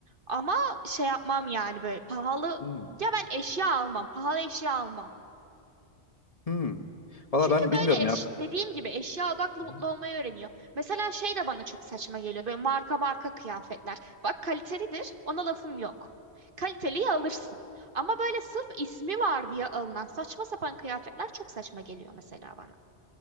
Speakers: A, on the right (about 50°); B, on the left (about 35°).
A: Ama şey yapmam yani böyle pahalı
B: Hı.
A: ya ben eşya almam, pahalı eşya almam.
B: Hı. Valla
A: Çünkü
B: ben bilmiyorum
A: böyle eş,
B: ya.
A: dediğim gibi eşya odaklı
B: Hı
A: mutlu
B: hı.
A: olmayı öğreniyor. Mesela şey de bana çok saçma geliyor. Böyle marka marka kıyafetler. Bak kalitelidir. Ona lafım yok. Kaliteliyi alırsın. Ama böyle sırf ismi var diye alınan saçma sapan kıyafetler çok saçma geliyor mesela bana.